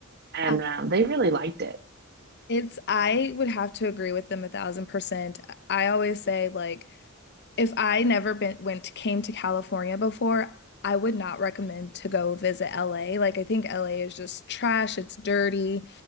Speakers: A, on the right; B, on the left.
A: and
B: Uh,
A: um, they really liked it.
B: It's, I would have to agree with them a thousand percent. I always say, like, If I never been went came to California before, I would not recommend to go visit LA. Like I think LA is just trash. It's dirty,